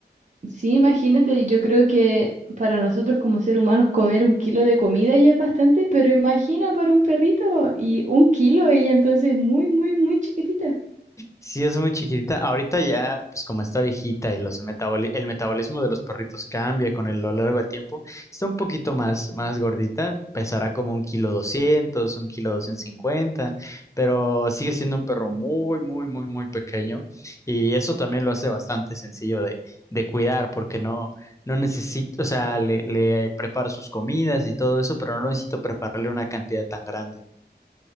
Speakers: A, on the right; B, on the left.
A: Sí, imagínate, yo creo que para nosotros como seres humanos comer un kilo de comida ya es bastante, pero imagina para un perrito y un kilo ella entonces es muy, muy, muy chiquitita.
B: Sí, es muy chiquitita. Ahorita ya, pues como está viejita y los metaboli- el metabolismo de los perritos cambia con el, a lo largo del tiempo, está un poquito más, más gordita, pesará como un kilo doscientos, un kilo doscientos cincuenta, pero sigue siendo un perro muy, muy, muy, muy pequeño y eso también lo hace bastante sencillo de, de cuidar porque no, no necesito, o sea, le, le preparo sus comidas y todo eso, pero no necesito prepararle una cantidad tan grande.